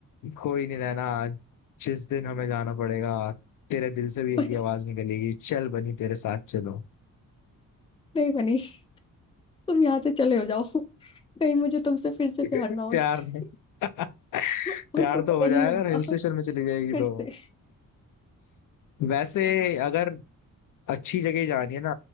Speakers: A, on the left (about 65°); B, on the left (about 15°).
A: कोई नहीं नैना जिस दिन हमें जाना पड़ेगा तेरे दिल से भी
B: <laughs>
A: एक ही आवाज निकलेगी चल बनी तेरे साथ चलो
B: नहीं बनी तुम यहाँ से चले हो जाओ कहीं मुझे तुमसे फिर से
A: <laughs>
B: प्यार ना हो
A: प्यार
B: जाए
A: नहीं <laughs>
B: और
A: प्यार
B: तुम
A: तो हो
B: नहीं
A: जाएगा
B: होगा
A: अगर हिल स्टेशन में चली जाएगी
B: फिर
A: तो
B: से
A: वैसे अगर अच्छी जगह ही जानी है ना